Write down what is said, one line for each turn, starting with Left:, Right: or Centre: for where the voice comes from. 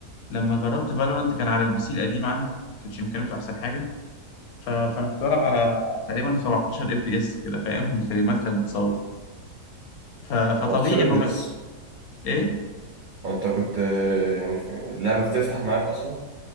Left: لما جربت فالورنت كان على البي سي القديم عندي ما كانتش إمكانياته أحسن حاجة ف... فأنا كنت بلعب على تقريبا 17 اف بي اس كده فاهم الفريمات كانت بتصور ف... فطبيعي
Right: 14
Left: انه
Right: بس
Left: ايه
Right: انت كنت آه، يعني في اللعبة بتفتح معاك اصلا